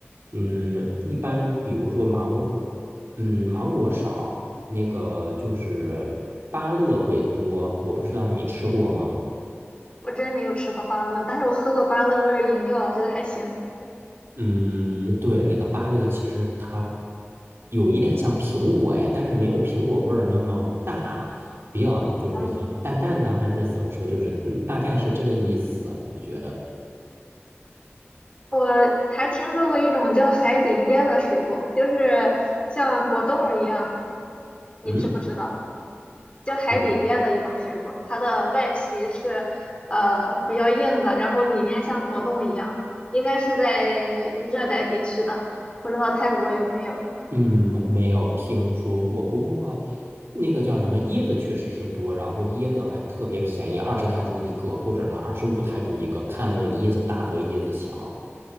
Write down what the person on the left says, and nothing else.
我真没有吃过芭乐，但是我喝过芭乐味儿饮料，我觉得还行。
嗯。
我还听说过一种叫海底椰的水果，就是像果冻儿一样，你知不知道？
叫海底椰的一种水果，
它的外皮是呃比较硬的，然后里面像果冻一样，应该是在热带地区的，不知道泰国有没有？